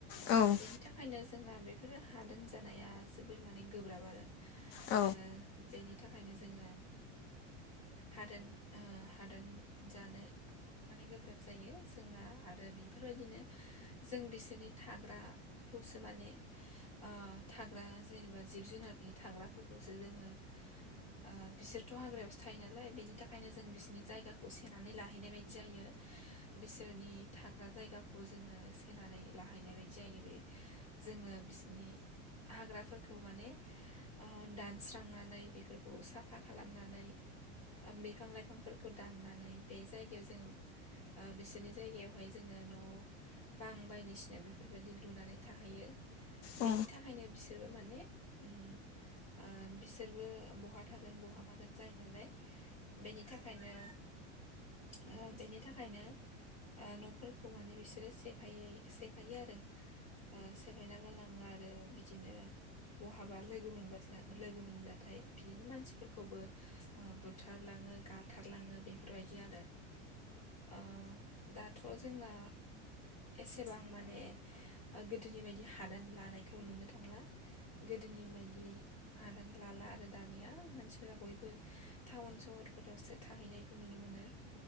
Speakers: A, on the left (about 40°); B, on the left (about 20°).
A: औ
B: बेनि थाखायनो जोंना बेफोरो हादान जानाया जोबोर माने गोब्राब आरो
A: औ
B: ओ बेनि थाखायनो जोङो हादान ओ हादान जानो माने गोब्राब जायो जोंना आरो बेफोरबायदिनो जों बिसोरनि थाग्राखौसो माने ओ थाग्रा जेनेबा जिब जुनारनि थाग्राफोरखौसो जोङो ओ बिसोरथ' हाग्रायावसो थायो नालाय बेनि थाखायनो जों बिसोरनि जायगाखौ सेनानै लाहैनाय बायदि जायो। बिसोरनि थाग्रा जायगाखौ जोङो सेनानै लाहैनाय बायदि जायो बे जोङो बिसिनि हाग्राफोरखौ माने ओ दानस्रांनानै नानै बेफोरखौ साफा खालामनानै ओ बिफां लाइफांफोरखौ दाननानै बे जायगायाव जोङो ओ बिसोरनि जायगायावहाय जोङो न' बां बायदिसिना बेफोरबायदि लुनानै थाहैयो
A: औ
B: बेनि थाखायनो बिसोरबो माने उम ओ बिस बिसोरबो बहा थागोन बहा मागोन जायो नालाय बेनि थाखायनो ओ बेनि थाखायनो ओ न'फोरखौ माने बिसोरो सेफाय सेफायो आरो ओ सेफायना गलां ङा आरो बिदिनो बहाबा लोगो मोनबा लोगो मोनब्ला नाथाय बिदिनो मानसिफोरखौबो ओ बुथार लाङो गाथारलाङो बेफोरबायदि आरो ओ दाथ' जोंना एसेबां माने गोदोनि बायदि हादान लानायखौ नुनो थांला गोदोनि बायदि हादान लाला आरो दानिया मानसिफोरा बयबो टाउन सहरफोरावसो थाहैनायखौ नुनो मोनो